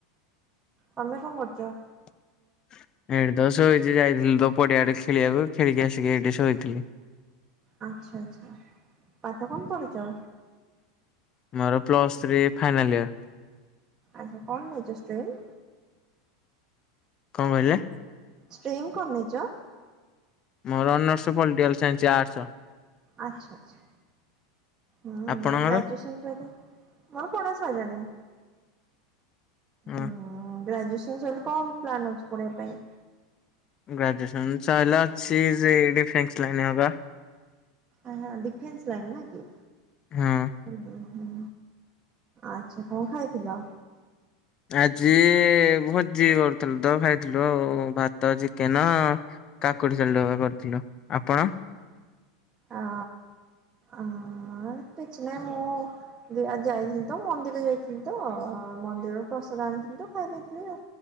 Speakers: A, on the right; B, on the left.
A: ତମେ କଣ କରୁଚ?
B: <inaudible> ଏଇଠି ତ ଶୋଇଛି ଯାଇଥିଲି ତ ପଡିଆଡେ ଖେଳିଆକୁ ଖେଳିକି ଆସିକି ଏଇଠି ଶୋଇଥିଲି।
A: ଆଚ୍ଛା ଆଚ୍ଛା ପାଠ କଣ ପଢ଼ିଚ?
B: ମୋର ପ୍ଲସ୍ ଥ୍ରୀ ଫାଇନାଲ୍ ଇୟର।
A: ଆଚ୍ଛା କଣ ନେଇଚ ଷ୍ଟ୍ରିମ୍?
B: କଣ କହିଲେ?
A: ଷ୍ଟ୍ରିମ୍ କଣ ନେଇଚ?
B: ମୋର ଅନର୍ସ ପଲିଟିକାଲ ସାଇନ୍ସ ଆର୍ଟସ।
A: ଆଛା ଆଛା ହୁଁ
B: ଆପଣଙ୍କର?
A: ଆ ଗ୍ରାଜୁଏସନ୍ ସହିତ ମୋର ପଢ଼ା ସଇଲାଣି।
B: ହଁ
A: ହୁଁ ଗ୍ରାଜୁଏସନ ସରିଲେ କଣ ପ୍ଲାନ ଅଛି ପଢିବା ପାଇଁ?
B: ଗ୍ରାଜୁଏସନ୍ ସଇଲେ ଅଛି ସେଇ ଡିଫେନ୍ସ ଲାଇନ ହବା।
A: ଆହା ଡିଫେନ୍ସ ଲାଇନ୍ ନା କି।
B: ହଁ।
A: ଉଁ ହୁଁ ଆଛା କଣ ଖାଇଥିଲ?
B: ଆଜି ଭୋଜି କରୁଥିଲୁ ତ ଖାଇଥିଲୁ ଆଉ ଭାତ, ଚିକେନ କାକୁଡି ସଲୁଟୁ ବେରିକା କରିଥିଲୁ ଆପଣ?
A: ଆ ଆ କିଛି ନାହିଁ ମୁଁ ଯା ଯାଇଥିଲି ତ ମନ୍ଦିର ଯାଇଥିଲି ତ ମନ୍ଦିରରୁ ପ୍ରସାଦ ଆଣିଥିଲି ତ ଖାଇଦେଇଥିଲି ଆଉ।